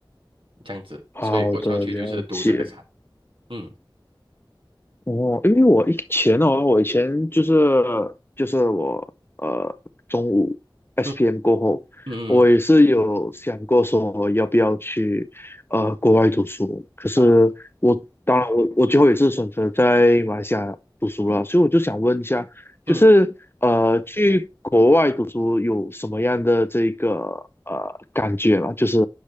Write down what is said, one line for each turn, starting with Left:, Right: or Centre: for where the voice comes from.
Right: 这样子，
Left: 好的，
Right: 所以过桥去就是读这个产，
Left: 了解。
Right: 嗯
Left: 哦，因为我以前的话，我以前就是就是我呃中午 SPM
Right: 嗯
Left: 过后，
Right: 嗯
Left: 我也是有想过说要不要去呃国外读书，可是我当然我我最后也是选择在马来西亚读书了，
Right: 嗯啊
Left: 所以我就想问一下，
Right: 嗯。
Left: 就是呃去国外读书有什么样的这个呃感觉嘛？就是